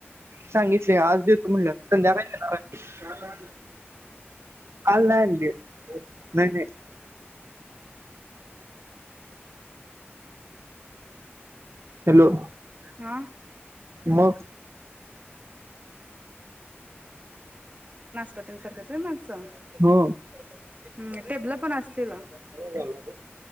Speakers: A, on the right; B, on the right.
A: सांगितले आज देतो म्हणल्यात संध्याकाळी देणार हाय काल नाही आणली नाही नाही. हॅलो
B: हा
A: मग
B: कतल करत्यात व्हय माणस हम
A: हो
B: केलं पण असशीला
A: परवा झाला तो